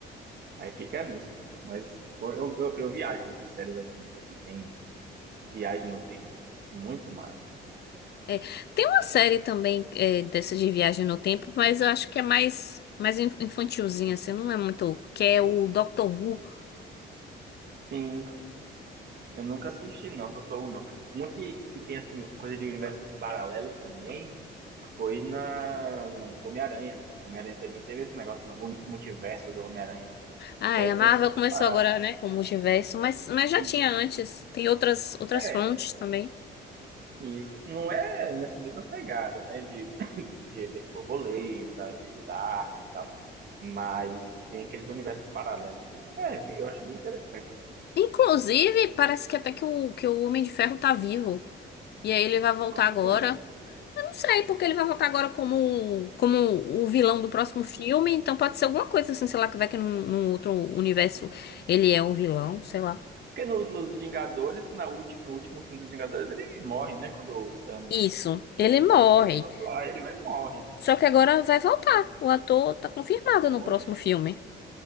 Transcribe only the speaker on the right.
aí fica nisso. Mas pô, eu, eu, eu viajo nessas séries assim, viu? Que tem viagem no tempo. Muito massa.
Sim, Eu nunca assisti, não, Doutor Who, não. Uma que, que tem, assim, coisa de universos paralelos também foi na Homem-Aranha, né? Homem-Aranha também teve esse negócio não o único multiverso do Homem-Aranha.
Que
aí
tem
essas
paradas.
E,
é,
isso. Não é nessa mesma pegada, né? De, <coughs> <laughs> de efeito borboleta, de Dark e tal. Mas tem aqueles universos paralelos, né? Que é, eu acho bem interessante.
Como
assim?
Porque no- nos Vingadores, na ulti- no último filme dos Vingadores, ele morre, né? Quando o Thanos
ele
faz aquele negócio lá, ele vai e morre.
Poxa,